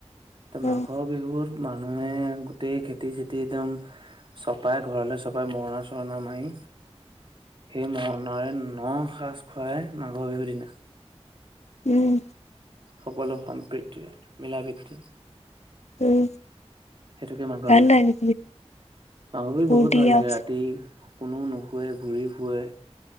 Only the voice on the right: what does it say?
তে মাঘৰ
বিহুৰ মানুহে গোটেই খেতি চেতি একদম চপাই ঘৰলৈ চপাই মৰণা চৰণা মাৰি সেই মৰণাৰে ন সাজ খুৱায় মাঘৰ বিহুৰ দিনা
সকলো সম্প্ৰীতি মিলা প্ৰীতি
সেইটোকে মাঘৰ
বিহু
মাঘৰ বিহু
বহুত ভাল
লাগে ৰাতি কোনো নুশোৱে ঘূৰি ফুৰে